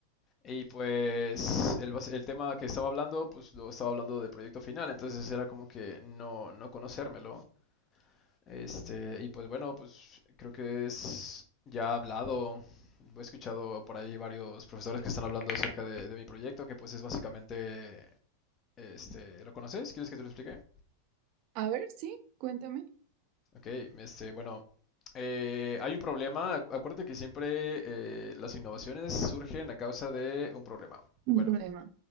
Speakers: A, on the left (about 30°); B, on the right (about 45°).
A: Y pues el, bas- el tema que estaba hablando, pues lo estaba hablando de proyecto final, entonces era como que no, no conocérmelo. Este, y pues bueno, pues creo que es ya hablado, he escuchado por ahí varios profesores que están hablando acerca de, de mi proyecto, que pues es básicamente, este, ¿lo conoces? ¿Quieres que te lo explique?
B: A ver, sí, cuéntame,
A: Ok, este, bueno, eh, hay un problema, acu- acuérdate que siempre eh, las innovaciones surgen a causa de un problema.
B: un
A: Bueno.
B: problema.